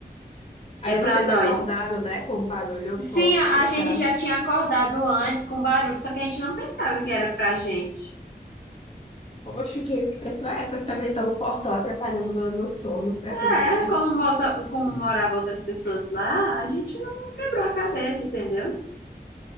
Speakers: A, on the left; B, on the left.
A: Aí
B: É pra
A: vocês
B: nós.
A: acordaram, né? Com o barulho forte
B: Sim, a,
A: que
B: a gente
A: tá.
B: já tinha acordado antes com barulho, só que a gente não pensava que era pra gente.
A: Poxa, que, que pessoa é essa que tá gritando no portão, atrapalhando meu, meu sono? Foi
B: É,
A: assim que eu tô pensando.
B: como, mota- como moravam outras pessoas lá, a gente não quebrou a cabeça, entendeu?